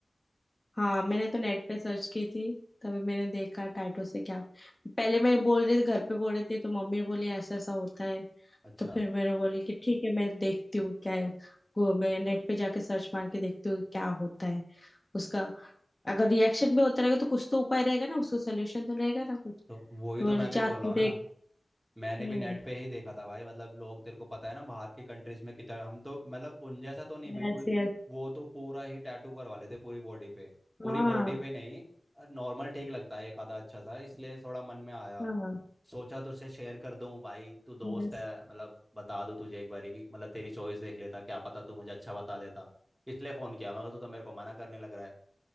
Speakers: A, on the left; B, on the right.
A: हाँ मैंने तो नेट पे सर्च की थी तभी मैंने देखा टाइटो से क्या पहले मैं बोल रही थी घर पे बोल रही थी तो मम्मी बोली ऐसा ऐसा होता है
B: अच्छा
A: तो फिर मैंने बोली कि ठीक है मैं देखती हूँ क्या है गो मैं नेट पे जाके सर्च मार के देखती हूँ क्या होता है उसका अगर रिएक्शन भी होता रहेगा तो कुछ तो उपाय रहेगा ना उसका सोल्यूशन तो रहेगा ना कुछ
B: तो वही
A: तो
B: तो
A: मैंने
B: मैं
A: जा
B: भी बोल
A: तू
B: रहा हूँ
A: देख
B: ना मैंने
A: हम्म
B: भी नेट पे ही देखा था भाई मतलब लोग तेरे को पता है ना बाहर की कंट्रीज में कितना हम तो मतलब उन जैसा तो नहीं बिल्कुल
A: Yes yes
B: वो तो पूरा ही टैटू करवा लेते पूरी बॉडी पे पूरी
A: हाँ
B: बॉडी पे नहीं नॉर्मल ठीक लगता है एक आधा अच्छा सा इसलिए थोड़ा मन में आया
A: हाँ
B: सोचा तो उसे शेयर कर दूं भाई तू दोस्त
A: यस
B: है मतलब बता दूं तुझे एक बारी कि मतलब तेरी चॉइस देख लेता क्या पता तू मुझे अच्छा बता देता इसलिए फ़ोन किया मगर तू तो मेरे को मना करने लग रहा है